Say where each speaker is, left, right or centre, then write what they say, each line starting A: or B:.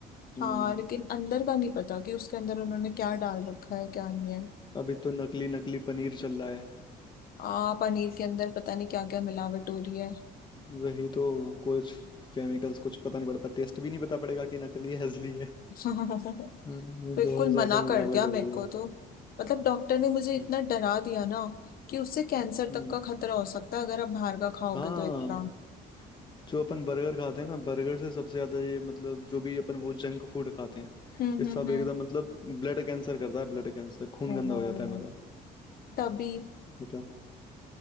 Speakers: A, on the left (about 25°); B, on the left (about 60°).
A: हम्म
B: हाँ लेकिन अंदर का नहीं पता कि उसके अंदर उन्होंने क्या डाल रखा है क्या नहीं है
A: अभी तो नकली नकली पनीर चल रहा है
B: आ पनीर के अंदर पता नहीं क्या क्या मिलावट हो रही है
A: वही तो कुछ केमिकल्स कुछ पता नहीं पड़ता टेस्ट भी नहीं पता पड़ेगा कि नकली है असली है
B: <laughs>
A: हम्म,
B: बिल्कुल
A: बहुत ज्यादा
B: मना
A: मिलावट
B: कर दिया
A: हो गई
B: मेरे को
A: है
B: तो मतलब डॉक्टर ने मुझे इतना
A: हम्म
B: डरा दिया ना कि उससे कैंसर
A: हम्म।
B: तक का खतरा हो सकता है अगर आप बाहर का खाओगे
A: हाँ
B: तो इतना
A: जो अपन बर्गर खाते हैं ना बर्गर से सबसे ज्यादा ये मतलब जो भी अपन वो जंक फूड खाते हैं
B: हम्म
A: ये सब
B: हम्म
A: एकदम मतलब ब्लड कैंसर करता है ब्लड कैंसर खून
B: हम्म
A: गंदा
B: हम्म।
A: हो जाता है हमारा
B: तभी
A: बता